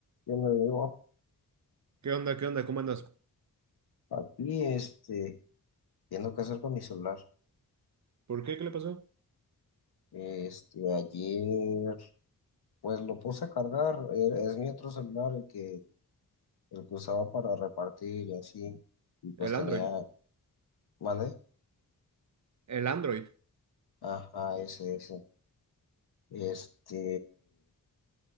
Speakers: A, on the left (about 80°); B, on the right (about 50°).
A: Yo me digo
B: ¿Qué onda? ¿Qué onda? ¿Cómo andas?
A: aquí, este, viendo qué hacer con mi celular.
B: ¿Por qué? ¿Qué le pasó?
A: Este, ayer, pues lo puse a cargar, era- es mi otro celular el que, el que usaba para repartir y así, y pues
B: El
A: tenía,
B: Android.
A: ¿vale?
B: El Android.
A: Ajá, ese, ese. Este,